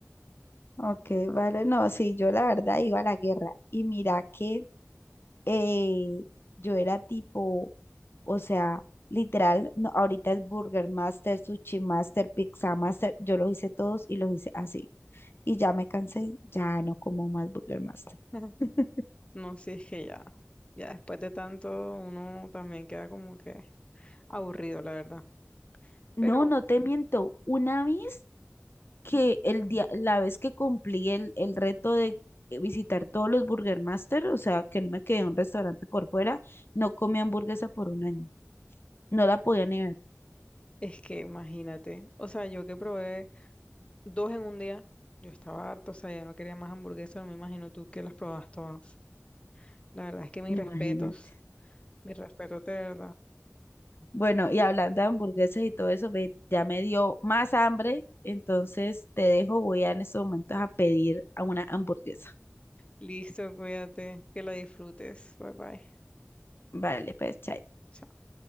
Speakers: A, on the left; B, on the left.
A: Ok, vale, no, sí, yo la verdad iba a la guerra y mira que eh, yo era tipo, o sea, literal, no, ahorita es Burger Master, Sushi Master, Pizza Master, yo los hice todos y los hice así. Y ya me cansé, ya no como más Burger Master.
B: <laughs>
A: <laughs>
B: No, si es que ya, ya después de tanto uno también queda como que aburrido, la verdad.
A: No,
B: Pero
A: no te miento. Una vez que
B: ujú,
A: el día, la vez que cumplí el, el reto de eh, visitar todos los Burger Master, o sea, que no me quedé en un restaurante por fuera, no comí hamburguesa por un año. No la podía negar,
B: es que imagínate, o sea, yo que probé dos en un día, yo estaba harto, o sea, ya no quería más hamburguesas, no me imagino tú que las probas todas. La verdad es que mis
A: imagínate.
B: respetos, mis respetos de verdad.
A: Bueno, y hablando de hamburguesas y todo eso, ve, ya me dio más hambre, entonces te dejo, voy a en estos momentos a pedir a una hamburguesa.
B: Listo, cuídate, que la disfrutes. Bye bye.
A: Vale, pues, chao.
B: Chao.